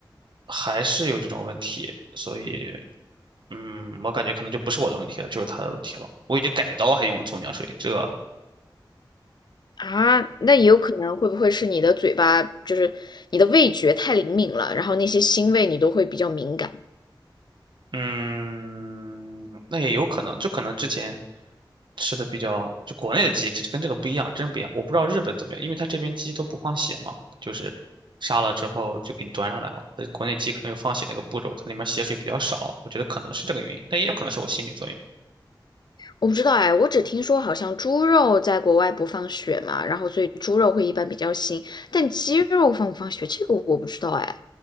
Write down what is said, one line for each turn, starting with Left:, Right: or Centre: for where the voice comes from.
Right: 还是有这种问题，所以，嗯，我感觉可能就不是我的问题了，就是他的问题了。我已经改刀还用了葱姜水，这。
Left: 啊，那也有可能会不会是你的嘴巴，就是你的味觉太灵敏了，然后那些腥味你都会比较敏感。
Right: 嗯，那也有可能，就可能之前吃的比较，就国内的鸡，它跟这个不一样，真不一样。我不知道日本怎么样，因为它这边鸡都不放血嘛，就是杀了之后就给你端上来了。呃国内鸡可能有放血那个步骤，它里面血水比较少，我觉得可能是这个原因，但也有可能是我心理作用。
Left: 我不知道哎，我只听说好像猪肉在国外不放血嘛，然后所以猪肉会一般比较腥，但鸡肉放不放血这个我不知道哎。